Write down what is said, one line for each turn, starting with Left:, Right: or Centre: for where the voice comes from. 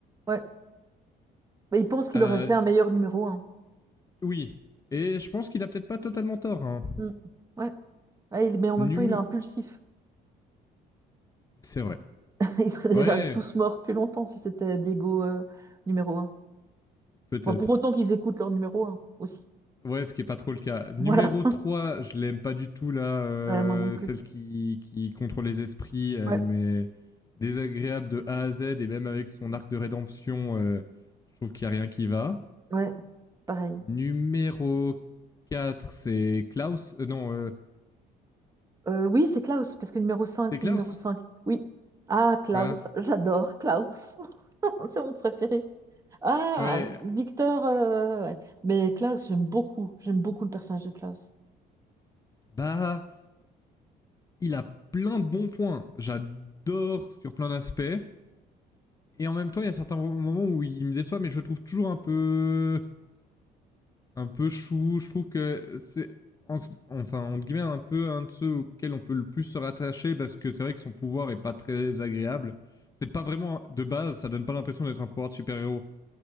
Right: Ouais. Mais il pense qu'il
Left: Euh,
Right: aurait fait un meilleur numéro un.
Left: oui. Et je pense qu'il a peut-être pas totalement tort. Hein.
Right: Mm. Ouais. Ouais, il- mais en même
Left: Num-
Right: temps, il est impulsif.
Left: C'est vrai.
Right: <laughs> Ils seraient
Left: Ouais,
Right: déjà tous morts depuis longtemps si c'était Diego euh, numéro un.
Left: peut-être.
Right: Bon, pour autant qu'ils écoutent leur numéro un aussi.
Left: Ouais, ce qui est pas trop le cas. Numéro
Right: Voilà.
Left: 3, je l'aime pas du tout là, euh,
Right: Ouais, moi non plus.
Left: celle qui qui contrôle les esprits, elle
Right: Ouais.
Left: m'est désagréable de A à Z et même avec son arc de rédemption, euh, je trouve qu'il y a rien qui va.
Right: Ouais. Pareil.
Left: Numéro 4, c'est Klaus. Euh, non, euh,
Right: Euh, oui, c'est Klaus, parce que numéro 5
Left: c'est
Right: c'est
Left: Klaus.
Right: numéro cinq Oui. Ah, Klaus,
Left: Voilà.
Right: j'adore Klaus. <laughs> C'est mon préféré. Ah,
Left: Ouais,
Right: Victor. euh, ouais. Mais Klaus, j'aime beaucoup. J'aime beaucoup le personnage de Klaus.
Left: bah il a plein de bons points. J'adore sur plein d'aspects. Et en même temps, il y a certains moments où il me déçoit, mais je le trouve toujours un peu un peu chou. Je trouve que c'est en- enfin entre guillemets un peu un de ceux auxquels on peut le plus se rattacher parce que c'est vrai que son pouvoir est pas très agréable. C'est pas vraiment de base, ça donne pas l'impression d'être un pouvoir de super-héros.